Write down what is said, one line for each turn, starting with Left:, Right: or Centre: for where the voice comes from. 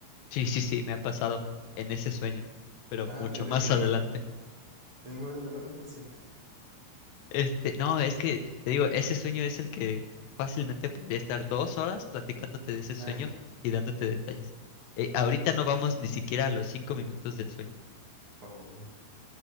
Left: Sí, sí, sí, me ha pasado en
Right: Sí.
Left: ese sueño, pero
Right: Ah,
Left: mucho
Right: de- te-
Left: más
Right: te-
Left: adelante.
Right: te- en un momento te vuelves consciente.
Left: Este, no, es que te digo, ese sueño es el que fácilmente podría estar dos horas platicándote de ese sueño
Right: Ah, ya.
Left: y dándote detalles. Eh, ahorita no vamos ni siquiera a los cinco minutos del sueño.
Right: Oh.